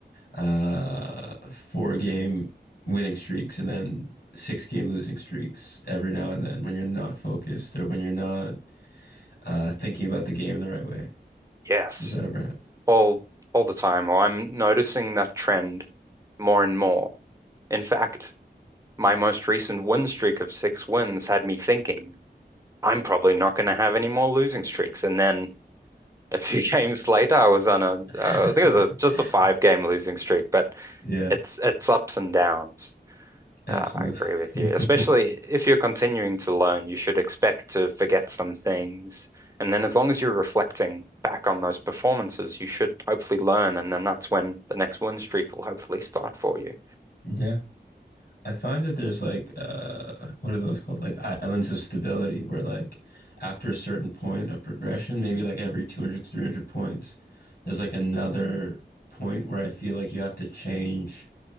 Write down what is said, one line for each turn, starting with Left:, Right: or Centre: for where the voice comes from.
Left: uh four game winning streaks and then six game losing streaks every now and then when you're not focused or when you're not uh thinking about the game in the right way.
Right: yes.
Left: Does that ever happen?
Right: all all the time, or I'm noticing that trend more and more. In fact, my most recent win streak of six wins had me thinking, I'm probably not going to have any more losing streaks. And then a few <laughs> games later, I was on a, uh,
Left: <laughs>
Right: I think it was a, just a five game losing streak, but
Left: Yeah,
Right: it's it's ups and downs.
Left: absolutely.
Right: Uh, I agree with you. Especially if you're continuing to learn, you should expect to forget some things. And then as long as you're reflecting back on those performances, you should hopefully learn. And then that's when the next win streak will hopefully start for you.
Left: <laughs> Yeah. I find that there's like uh what are those called? Like islands of stability where like after a certain point of progression, maybe like every 200, 300 points, there's like another point where I feel like you have to change